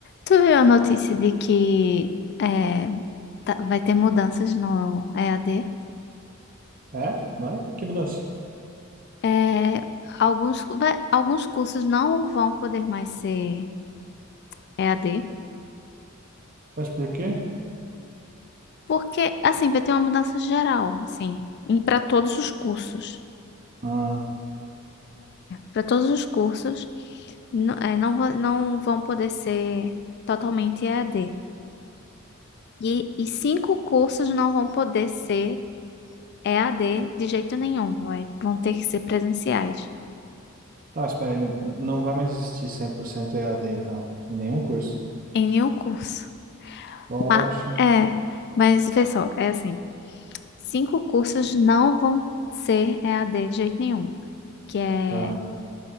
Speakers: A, on the left; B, on the right.
A: Tu viu a notícia de que é, tá- vai ter mudanças no EAD?
B: É? Vai? Que mudança?
A: É, alguns, vai- alguns cursos não vão poder mais ser EAD,
B: Mas por quê?
A: porque assim vai ter uma mudança geral, assim, para todos os cursos.
B: Ah,
A: para todos os cursos não, é, não, va- não vão poder ser totalmente EAD. E, e cinco cursos não vão poder ser EAD de jeito nenhum, vai- vão ter que ser presenciais.
B: tá, espera aí. Não vai mais existir 100% EAD, então. Em nenhum curso.
A: Em nenhum curso.
B: Poxa,
A: Ma- é, mas vê só, é assim, cinco cursos não vão ser EAD de jeito nenhum, que é,
B: tá.